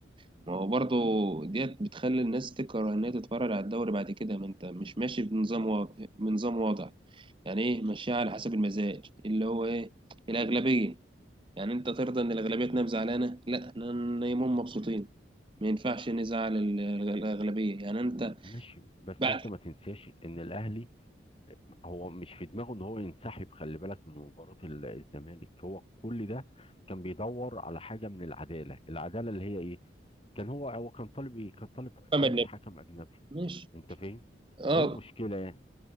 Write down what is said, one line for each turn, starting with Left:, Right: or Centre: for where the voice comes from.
Right: ما هو برضه ديت بتخلي الناس تكره ان هي تتفرج على الدوري بعد كده ما انت مش ماشي بنظام واضح بنظام واضح يعني ايه ماشيها على حسب المزاج اللي هو ايه الاغلبية يعني انت ترضى ان الاغلبية تنام زعلانة لا احنا نايمين مبسوطين ما ينفعش نزعل ال- الاغلبية يعني انت
Left: ماشي بس
Right: بعد
Left: انت ما تنساش ان الاهلي هو مش في دماغه ان هو ينسحب خلي بالك من مباراة ال- الزمالك هو كل ده كان بيدور على حاجة من العدالة العدالة اللي هي ايه كان هو هو كان طالب ايه كان طالب
Right: محمد
Left: عايز
Right: نبي
Left: حكم اجنبي
Right: ماشي
Left: انت فاهم
Right: اه
Left: ايه المشكلة يعني